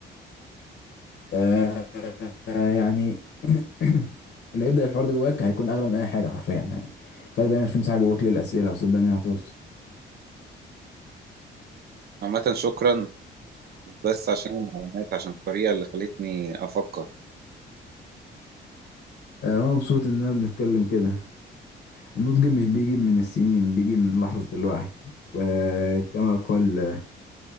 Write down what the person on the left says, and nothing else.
آه آه، يعني <clears throat> اللي هيبدأ الحوار ده جواك هيكون اغلى من اي حاجة حرفيا يعني خلي دايما في مساحة جواك للأسئلة وصدقني هتوصل
آه انا مبسوط اننا بنتكلم كده النضج مش بيجي من السنين بيجي من لحظة الوعي وكما قال